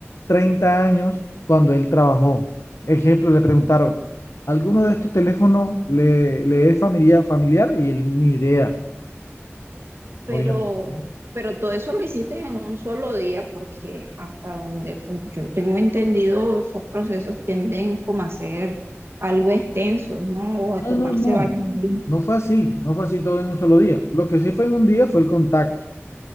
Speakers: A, on the left; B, on the right.
A: 30 años cuando él trabajó. Ejemplo, le preguntaron, ¿alguno de estos teléfonos le, le es familiar, familiar? Y él ni idea,
B: Pero,
A: obviamente.
B: pero todo eso lo hiciste en un solo día porque hasta donde pues, yo tengo entendido, esos procesos tienden como a ser algo extensos ¿no? O a
A: No,
B: tomarse
A: no, no.
B: varios días.
A: No fue así, no fue así todo en un solo día. Lo que sí fue en un día fue el contacto,